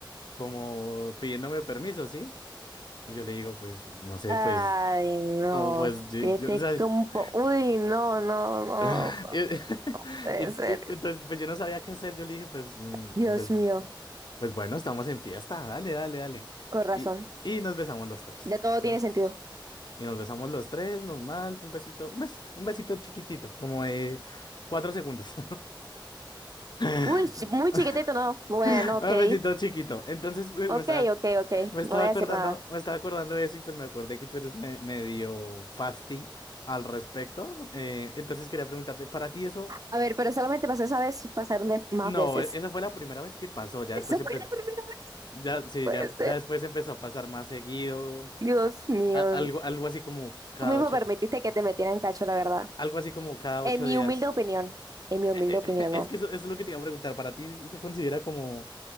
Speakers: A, on the left; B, on the right.
A: como pidiéndome permiso, ¿sí? Y yo le digo, pues, no sé,
B: Ay,
A: pues,
B: no.
A: no, pues, yo,
B: Fíjate
A: yo, o sea,
B: como...
A: <laughs>
B: Uy, no, no, no,
A: y- <laughs>
B: no no puede
A: y-
B: ser.
A: y- entonces, pues yo no sabía qué hacer. Yo le dije, pues, mm,
B: Dios
A: no, pues,
B: mío,
A: pues bueno, estamos en fiesta, dale, dale, dale.
B: con razón.
A: Y, y nos besamos los tres,
B: Ya todo
A: ¿sí?
B: tiene sentido.
A: Y nos besamos los tres, normal, un besito, un besito, un besito chiquitito, como de cuatro segundos. <laughs> <laughs>
B: Uy, sí, muy chiquitito, ¿no? Bueno, ok.
A: Un besito chiquito. Entonces, pues,
B: Ok,
A: me estaba,
B: ok, ok.
A: me
B: No
A: estaba
B: voy
A: acordando,
B: a decir nada.
A: me estaba acordando de eso y pues me acordé que tú eres me- medio fasti al respecto. Eh, entonces quería preguntarte, ¿para ti eso?
B: A ver, pero solamente pasó esa vez, pasaron de más
A: No,
B: veces.
A: e- esa fue la primera vez que pasó.
B: <laughs>
A: Ya
B: Esa
A: después
B: fue
A: empezó,
B: la primera vez.
A: ya, sí,
B: puede
A: ya,
B: ser.
A: ya después empezó a pasar más seguido.
B: Dios
A: a-
B: mío.
A: a- algo, algo así como cada
B: Tú mismo
A: ocho,
B: permitiste que te metieran cacho, la verdad.
A: a- algo así como cada
B: En
A: ocho
B: mi
A: días.
B: humilde opinión. En mi
A: Eh,
B: humilde opinión,
A: eh, <laughs> es
B: no.
A: que eso, eso es lo que te iba a preguntar. ¿Para ti se considera como